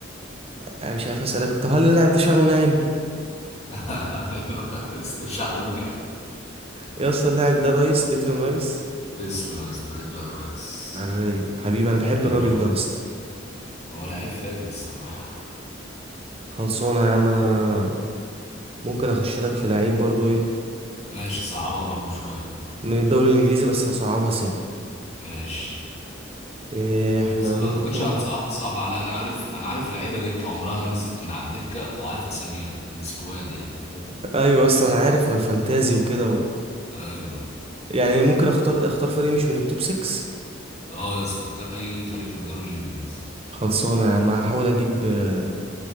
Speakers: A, on the right; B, on the left.
A: أنا مش عارف اسالك طب هل اللاعب ده شعره ناعم
B: <laughs> ايوه استشعر ونعم
A: إيه يا اسطى اللاعب ده رايس ديكلان رايس
B: تسلم يا صديقي الرئيس
A: على الرايق حبيبي انا بحب
B: نضربها
A: الراجل ده
B: كده
A: اصلا
B: هو لعيب فاجر الصراحة
A: خلصانه يا عم انا ممكن اخش لك في لعيب برضو ايه
B: ماشي صعبها برضه شوية
A: من الدوري الانجليزي بس هصعبها سن
B: ماشي
A: إيه احنا
B: بس ما
A: ممكن
B: اعتقدش هتصعب تصعب عليها انا عارف انا عارف لعيبة دكة عمرها ما نزلت من على الدكة وعارف اساميها السكواد يعني فاهم
A: ايوه اصلا انا عارف ما الفانتازي وكده و...
B: ايوه
A: يعني ممكن اختار اختار فريق مش من التوب 6
B: اه يا اسطى اختار اي فريق في الدوري الانجليزي
A: خلصانه يا عم هحاول اجيب آه،